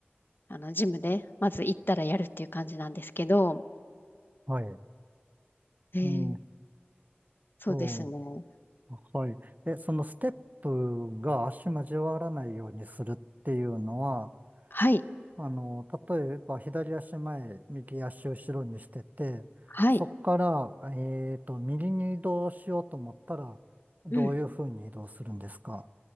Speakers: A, on the left (about 55°); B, on the right (about 40°).
A: あの、ジムで、まず行ったらやるっていう感じなんですけど、
B: はい。え
A: えー
B: ーっ
A: そうですね。
B: と、はい。え、そのステップが足交わらないようにするっていうのは、
A: はい、
B: あの、例えば左足前、右足後ろにしてて、
A: はい、
B: そこから、えーっと、右に移動しようと思ったら、どういうふうに移動するんですか。
A: うん。